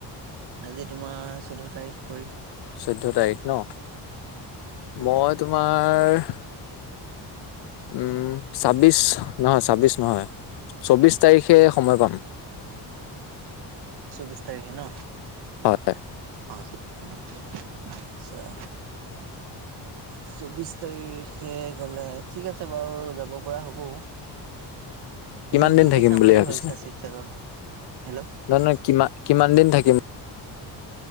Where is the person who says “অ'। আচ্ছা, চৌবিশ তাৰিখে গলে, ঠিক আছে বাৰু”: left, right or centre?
Right